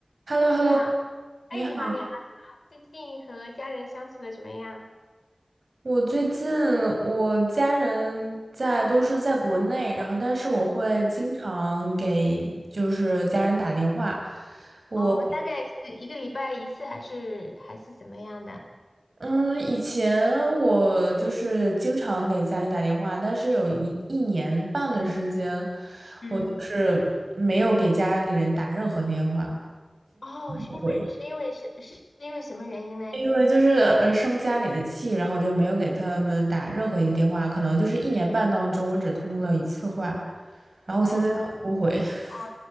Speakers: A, on the right (about 70°); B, on the left (about 85°).
A: h e l l o h
B: 你好，
A: e l l o 你好。
B: 哎，你好，你好，最近和家人相处的怎么样？
A: 我最近我家人在都是在国内，然后但是我会经常给就是家人打电话。我
B: 哦，大概是一个礼拜一次，还是还是怎么样的？
A: 嗯，以前我就是经常给家里打电话，但是有一一年半的时间，
B: 嗯，
A: 我就是没有给家里人打任何电话，
B: 哦，是因为是因为是是是因为什么原因呢？
A: 会，因为就是呃生家里的气，然后就没有给他们打任何一个电话，可能就是一年半当中我只通了一次话。然后我现在很后悔。
B: 哦
A: <laughs>
B: 哦，